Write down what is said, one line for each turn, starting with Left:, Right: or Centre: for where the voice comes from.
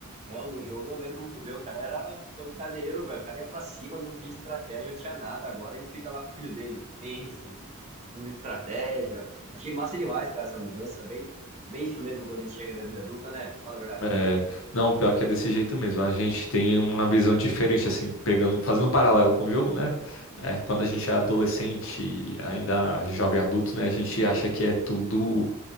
Right: Não, no jogo eu lembro muito bem, o cara era pancadeiro, velho. O cara ia pra cima, não tinha estratégia, não tinha nada. Agora ele fica lá com o filho dele. Pense, use estratégia. Achei massa demais, cara, essa mudança. Bem, bem isso mesmo quando a gente chega na vida adulta, né? Fala a verdade.
Left: É, não, pior que é desse jeito mesmo. A gente tem uma visão diferente, assim, pegando, fazendo um paralelo com o jogo, né? É, quando a gente é adolescente, e ainda jovem adulto, né? A gente acha que é tudo,